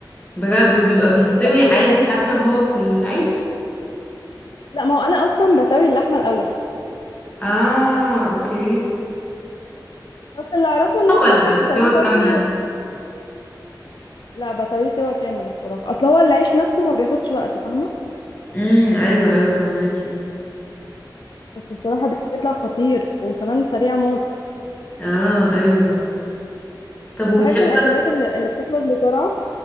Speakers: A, on the left (about 20°); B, on the left (about 65°).
A: بجد وبيبقى بيستوي
B: بس وبحط
A: عادي حتى هو في العيش
B: لا ما هو انا اصلا بسوي اللحمه الاول
A: اه اوكي
B: بس اللي اعرفه ان انت
A: ولا
B: ممكن تسويه
A: صور
B: برضو
A: كاملة
B: لا بسويه سوا كامل الصراحه اصل هو العيش نفسه ما بياخدش وقت فاهمه
A: امم ايوه ايوه فهماكي
B: بس الصراحه بيطلع خطير وكمان سريع موت
A: اه ايوه طب وبتحبي
B: بحب الاكلات
A: بقى
B: اللي اللي بتخلص بسرعه